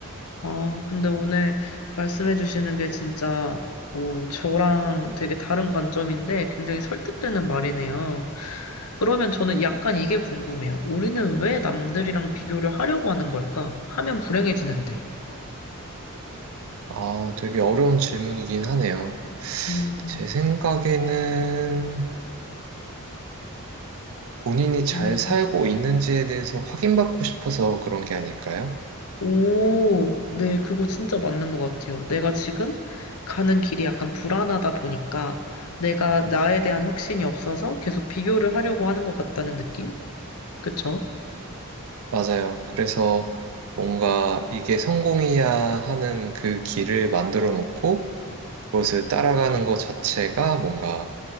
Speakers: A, on the left; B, on the right.
A: 아, 근데 오늘 말씀해 주시는 게 진짜, 오, 저랑 되게 다른 관점인데 굉장히 설득되는 말이네요. 그러면 저는 약간 이게 궁금해요. 우리는 왜 남들이랑 비교를 하려고 하는 걸까? 하면 불행해지는데.
B: 아, 되게 어려운 질문이긴 하네요.
A: 음,
B: 제 생각에는 본인이 잘
A: 음,
B: 살고 있는지에 대해서 확인받고 싶어서 그런 게 아닐까요?
A: 오, 네, 그거 진짜 맞는 것 같아요. 내가 지금 가는 길이 약간 불안하다 보니까 내가 나에 대한 확신이 없어서 계속 비교를 하려고 하는 것 같다는 느낌? 그쵸?
B: 맞아요. 그래서 뭔가 이게 성공이야 하는 그 길을 만들어 놓고 그것을 따라가는 것 자체가 뭔가